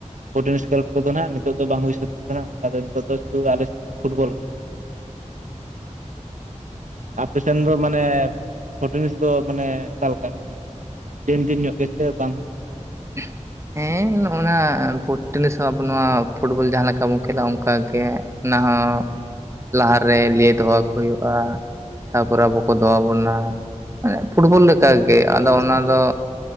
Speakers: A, on the right; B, on the right.
A: ᱯᱷᱩᱴᱤᱱᱤᱥ ᱠᱷᱮᱞᱚᱰ ᱠᱚᱫᱚ ᱱᱟᱦᱟᱜ ᱱᱤᱛᱚᱜ ᱫᱚ ᱵᱟᱝ ᱦᱩᱭ ᱥᱟᱹᱛᱟᱹᱜ ᱠᱟᱱᱟ ᱚᱱᱠᱟ ᱫᱚ, ᱱᱤᱛᱚᱜ ᱥᱩᱫᱩ ᱟᱞᱮᱥᱮᱫ ᱫᱚ ᱯᱷᱩᱴᱵᱚᱞ ᱜᱮ ᱱᱟᱦᱟᱜ। ᱟᱯ ᱥᱮᱱ ᱫᱚ ᱢᱟᱱᱮ ᱯᱷᱳᱴᱮᱱᱤᱥ ᱫᱚ ᱢᱟᱱᱮ ᱚᱠᱟᱞᱮᱠᱟ ᱢᱟᱱᱮ ᱫᱤᱱ ᱫᱤᱱ ᱧᱚᱜ ᱜᱮᱥᱮ ᱵᱟᱝ ᱠᱟᱱᱟ ᱟᱯᱮ ᱥᱮᱱ ᱫᱚ?
B: <inaudible> ᱦᱮᱸ ᱱᱚᱜ ᱱᱟ ᱯᱤᱱᱤᱥ ᱦᱚᱸ ᱟᱵᱚ ᱱᱚᱣᱟ ᱯᱷᱩᱴᱵᱚᱞ ᱡᱟᱦᱟᱸ ᱞᱮᱠᱟ ᱵᱚᱱ ᱠᱷᱮᱞᱟ ᱚᱱᱠᱟᱜ ᱜᱮ। ᱚᱱᱟᱦᱚᱸ ᱞᱟᱦᱟᱨᱮ ᱞᱟᱹᱭ ᱫᱚᱦᱚ ᱠᱚ ᱦᱩᱭᱩᱜᱼᱟ। ᱛᱟᱯᱚᱨᱮ ᱟᱵᱚ ᱠᱚ ᱫᱚᱦᱚᱵᱚᱱᱟ ᱢᱟᱱᱮ ᱯᱷᱩᱴᱵᱚᱞ ᱞᱮᱠᱟᱜᱮ ᱟᱫᱚ ᱚᱱᱟ ᱫᱚ।